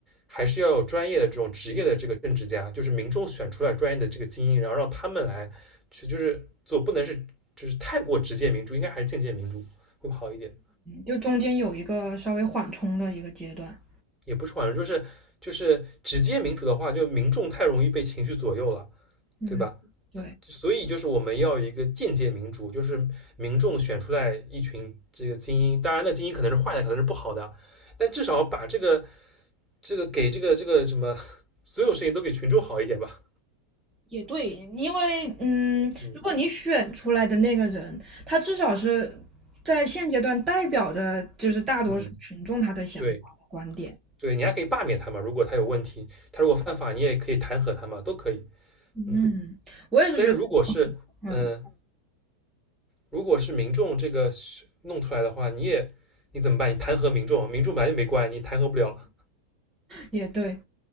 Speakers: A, in the centre; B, on the right.
A: 还是要有专业的这种职业的这个政治家，就是民众选出来专业的这个精英，然后让他们来去就是做，不能是就是太过直接民主，应该还是间接民主会好一点，
B: 就中间有一个稍微缓冲的一个阶段。
A: 也不是好像就是就是直接民主的话，就民众太容易被情绪左右了，
B: 嗯，
A: 对吧？
B: 对。
A: 所以就是我们要有一个间接民主，就是民众选出来一群这个精英，当然那精英可能是坏的，可能是不好的，但至少把这个这个给这个这个什么所有事情都给群众好一点吧。
B: 也对，因为嗯，
A: 嗯
B: 如果你选出来的那个人，他至少是在现阶段代表着就是大多数群众他的想法和观点。
A: 嗯，对对，你还可以罢免他嘛，如果他有问题，他如果犯法，你也可以弹劾他嘛，都可以。
B: 嗯，
A: 嗯，
B: 我也是觉得，
A: 但是如果是呃，
B: 嗯，
A: 如果是民众这个弄出来的话，你也你怎么办？你弹劾民众，民众本来就没关，你弹劾不了。
B: 也对，